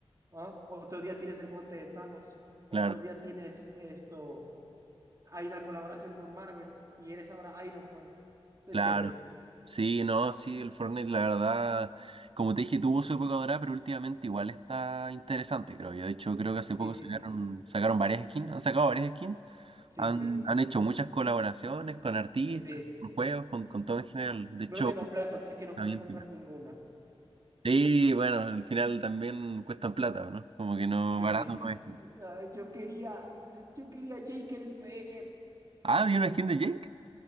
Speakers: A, on the right (about 35°); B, on the right (about 65°).
A: ¿ah? Otro día tienes el guante de Thanos. Otro
B: claro.
A: día tienes esto. Hay una colaboración con Marvel y eres ahora Iron Man. ¿Tú
B: Claro.
A: entiendes?
B: Sí, no, sí, el Fortnite, la verdad, como te dije, tuvo su época dorada, pero últimamente igual está interesante, creo yo. De hecho, creo que hace poco
A: Sí, sí,
B: sacaron,
A: sí, sí.
B: sacaron varias skins, han sacado varias skins,
A: Sí,
B: han,
A: sí.
B: han hecho muchas colaboraciones con artistas,
A: Sí, sí.
B: con juegos, con, con todo en general. De hecho,
A: No tengo plata, así que no
B: está
A: pude
B: bien
A: comprar
B: piola.
A: ninguna.
B: Sí, bueno, al final también cuestan plata, ¿no? Como que no,
A: Sí,
B: barato
A: sí.
B: no es.
A: Ay, yo quería, yo quería Jake el Per.
B: Ah, ¿vi una skin de Jake?